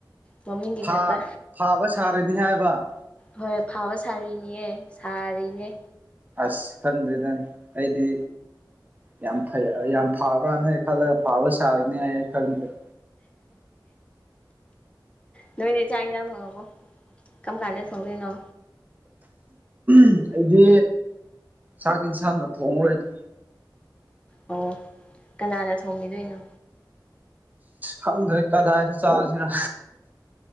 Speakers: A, on the left; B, on the right.
A: ꯃꯃꯤ ꯀ
B: ꯐꯥ
A: ꯈꯠꯇ
B: ꯐꯥꯕ ꯁꯥꯔꯅꯤ ꯍꯥꯏꯕ
A: ꯍꯣꯏ ꯐꯥꯕ ꯁꯥꯔꯤꯅꯤꯍ ꯁꯥꯔꯤꯅꯦ
B: ꯑꯁ ꯈꯪꯗꯦꯗꯅꯤ ꯑꯩꯗꯤ ꯌꯥꯝ ꯐꯩ ꯌꯥꯝ ꯐꯥꯕ꯭ꯔꯅ ꯈꯜꯂꯒ ꯐꯥꯕ ꯁꯥꯔꯅꯤ ꯍꯥꯏꯌꯦ ꯈꯜꯂꯤꯂꯗꯦ
A: ꯅꯃꯤꯗꯤ ꯆꯥꯉꯖ ꯊꯣꯡꯉꯕꯣ ꯀꯝ ꯀꯥꯟꯗꯦ ꯁꯣꯡꯗꯅꯣ
B: ꯎ ꯑꯩꯗꯤ ꯆꯥꯛ ꯌꯦꯟꯁꯥꯡꯒ ꯊꯣꯡꯉꯔꯣꯏꯗ
A: ꯑꯣ ꯀꯅꯥꯅ ꯊꯣꯝꯕꯤꯗꯣꯏꯅꯣ
B: ꯍꯗ ꯀꯗ ꯍꯥꯏꯗ ꯆꯥꯁꯤꯔ